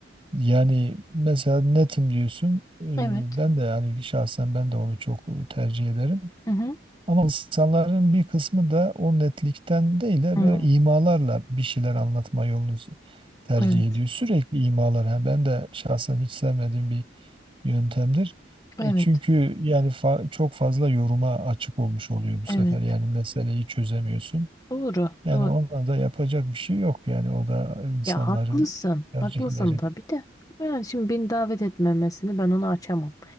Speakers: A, on the right (about 30°); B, on the left (about 20°).
A: Yani mesela netim diyorsun. Ee,
B: Evet.
A: Ben de yani şahsen ben de onu çok tercih ederim.
B: Hı hı.
A: Ama insanların bir kısmı da o netlikten değil de
B: Hı.
A: böyle imalarla bir şeyler anlatma yolunu tercih
B: Evet.
A: ediyor. Sürekli imalar. Yani ben de şahsen hiç sevmediğim bir yöntemdir. E,
B: Evet.
A: çünkü yani fa- çok fazla yoruma açık olmuş oluyor bu
B: Evet.
A: sefer. Yani meseleyi çözemiyorsun.
B: Doğru,
A: Yani
B: doğru.
A: ona da yapacak bir şey yok. Yani o da insanların
B: Ya haklısın,
A: tercihleri.
B: haklısın tabii de. Ben şimdi beni davet etmemesini ben onu açamam.